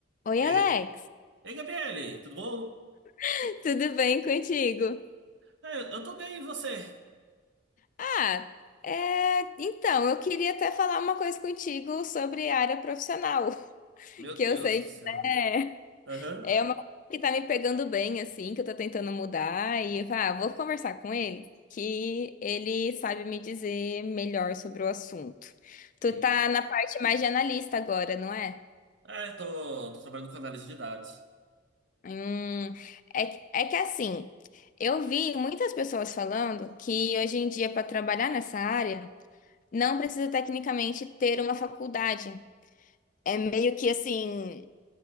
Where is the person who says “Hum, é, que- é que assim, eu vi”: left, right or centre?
Left